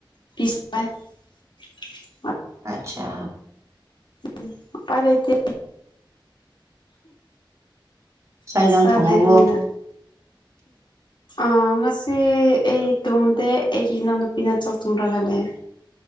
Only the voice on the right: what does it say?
ꯑꯠꯆꯥ
ꯆꯥꯛ
ꯏꯟꯖꯥꯡ
ꯊꯣꯡꯉꯕꯣ